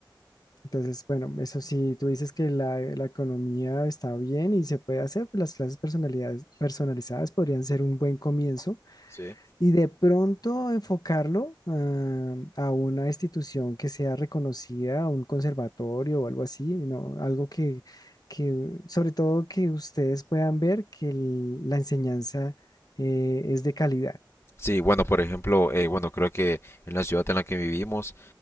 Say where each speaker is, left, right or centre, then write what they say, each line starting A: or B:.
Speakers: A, on the left; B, on the left.
A: Entonces, bueno, eso sí, tú dices que la, la economía está bien y se puede hacer, pues las clases personalidades- personalizadas podrían ser un buen comienzo
B: sí.
A: y de pronto enfocarlo ah, a una institución que sea reconocida, a un conservatorio o algo así, ¿no? Algo que, que, sobre todo que ustedes puedan ver que el- la enseñanza eh, es de calidad.
B: Sí, bueno, por ejemplo, eh, bueno, creo que en la ciudad en la que vivimos,